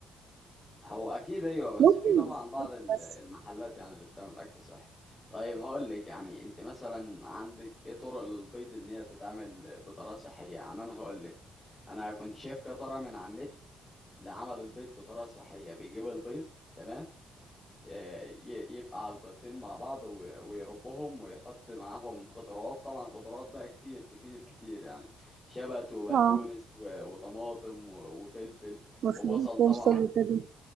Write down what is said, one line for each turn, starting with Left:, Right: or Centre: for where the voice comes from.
Left: هو اكيد ايوه بس
Right: ممكن
Left: في طبعا
Right: بسكوت
Left: بعض ال-
Right: بس
Left: المحلات يعني اللي بتعمل اكل صحي طيب هقول لك يعني انت مثلا عندك ايه طرق للبيض ان هي تتعمل بطريقه صحيه يعني انا هقول لك انا كنت شايف كده طريقه من على النت لعمل البيض بطريقه صحيه بيجيب البيض تمام آه، ي- يفقع البيضتين مع بعض و- ويربهم ويحط معاهم خضروات طبعا خضروات بقى كتير كتير كتير يعني شبت وبقدونس
Right: اه
Left: و- وطماطم و- وفلفل
Right: مفهوم
Left: وبصل طبعا
Right: فلفل وكده